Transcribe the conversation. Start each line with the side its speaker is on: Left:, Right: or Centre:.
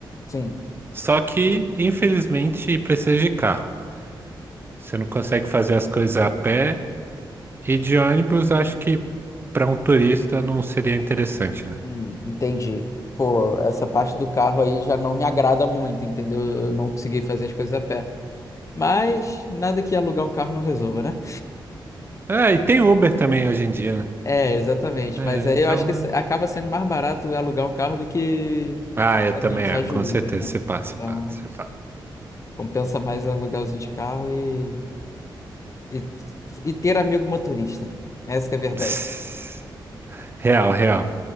Left: sim.
Right: Só que, infelizmente, precisa de carro. Você não consegue fazer as coisas a pé. E de ônibus, acho que para um turista não seria interessante, né?
Left: Hum, entendi. Pô, essa parte do carro aí já não me agrada muito, entendeu? Eu não consegui fazer as coisas a pé. Mas nada que alugar um carro não resolva, né?
Right: Ah, e tem Uber também hoje em dia, né?
Left: É, exatamente.
Right: É,
Left: Mas aí
Right: então.
Left: eu acho que se-
Right: é.
Left: acaba sendo mais barato alugar um carro do que
Right: Ah, eu
Left: andando
Right: também,
Left: só
Right: é,
Left: de
Right: com
Left: Uber,
Right: certeza.
Left: né?
Right: Você passa,
Left: Então,
Right: você passa, você
Left: compensa mais alugar usina de carro e, e, e ter amigo motorista. Essa que é a verdade.
Right: passa. <laughs> <sighs> Real, real.